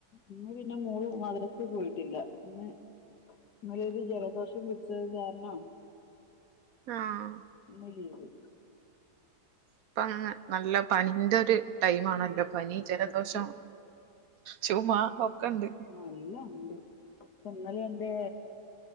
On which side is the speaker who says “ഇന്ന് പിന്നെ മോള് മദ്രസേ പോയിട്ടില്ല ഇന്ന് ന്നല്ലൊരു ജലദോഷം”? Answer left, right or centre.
Left